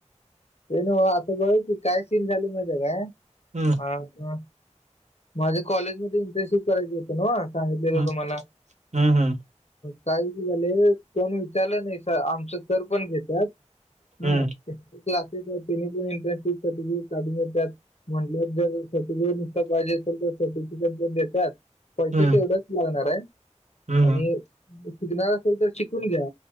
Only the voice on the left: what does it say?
ते नाव आतापर्यंत काय सीन झाली माहिती काय?
हां का? माझ्या कॉलेजमध्ये इंटर्नशिप करायची होती ना व, सांगितलेलं
होत मला.
काही झाले, पण विचारलं नही सर, आमच सर पण घेत्यात. हं
क्लासेस येत, त्यांनी पण इंटरनॅशनल सर्टिफिकेट काढून देत्यात. म्हणलं जर सर्टिफिकेट निघत पाहिजे असेल तर सर्टिफिकेट पण देतात, पैसे
तेवढच मिळणार ये ह
आणि शिकणार असल, तर शिकून घ्या,